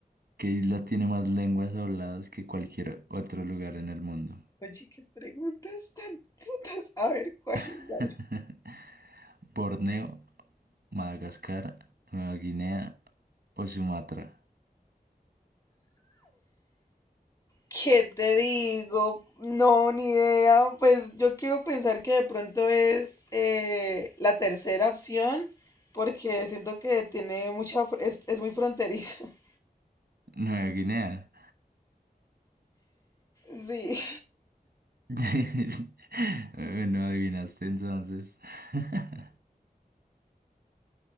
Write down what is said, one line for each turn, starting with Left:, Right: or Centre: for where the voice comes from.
Right: ¿qué isla tiene más lenguas habladas que cualquier otro lugar en el mundo?
Left: Oye, qué preguntas tan putas. A ver, ¿cuál
Right: <laughs>
Left: es la
Right: ¿Borneo, Madagascar, Nueva Guinea o Sumatra.
Left: ¿Qué te digo? No, ni idea. Pues yo quiero pensar que de pronto es eh, la tercera opción, porque siento que tiene mucha, fr- es, es muy fronterizo. <laughs>
Right: Nueva Guinea.
Left: Sí.
Right: <laughs> Bueno, adivinaste entonces. <laughs>